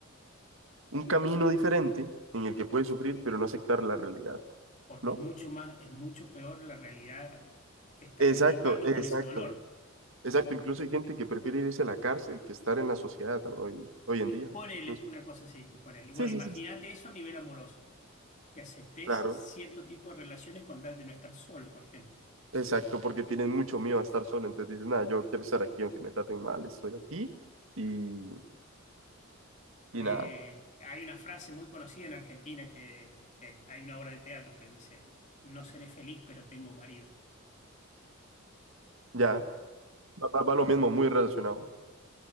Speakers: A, on the right; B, on the left.
A: un camino diferente en el que puedes sufrir pero no aceptar la realidad,
B: porque
A: ¿no?
B: es mucho más, es mucho peor la realidad que estás
A: Exacto,
B: evitando
A: exacto,
B: con ese dolor.
A: exacto. Incluso hay gente que prefiere irse a la cárcel que estar en la sociedad hoy, hoy en
B: Eh,
A: día.
B: ponele
A: Incluso.
B: una cosa así, ponele. Y Bueno,
A: Sí, sí,
B: imagínate
A: sí, sí.
B: eso a nivel amoroso, que aceptes
A: Claro.
B: cierto tipo de relaciones con tal de no estar solo, por ejemplo.
A: Exacto, porque tienen mucho miedo a estar solo, entonces dicen, nada, yo quiero estar aquí aunque me traten mal, estoy aquí y, y
B: Eh,
A: nada,
B: hay una frase muy conocida en Argentina que, que hay una obra de teatro que dice, no seré feliz, pero tengo marido.
A: ya, va, va- va lo mismo, muy relacionado.